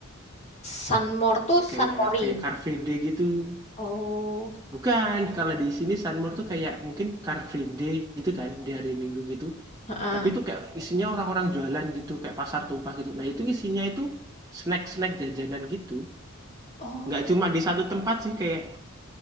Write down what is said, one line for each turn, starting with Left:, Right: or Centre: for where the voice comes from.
Left: Sunmore tuh
Right: kayak
Left: Sunmori.
Right: kayak Car Free Day gitu.
Left: Oh,
Right: Bukan, kalau di sini Sunmore tuh kayak mungkin Car Free Day gitu kan, di hari Minggu gitu.
Left: heeh.
Right: Tapi itu kayak isinya orang-orang jualan gitu, kayak pasar tumpah gitu. Nah, itu isinya itu snack-snack jajanan gitu.
Left: Oh,
Right: Nggak cuma di satu tempat sih, kayak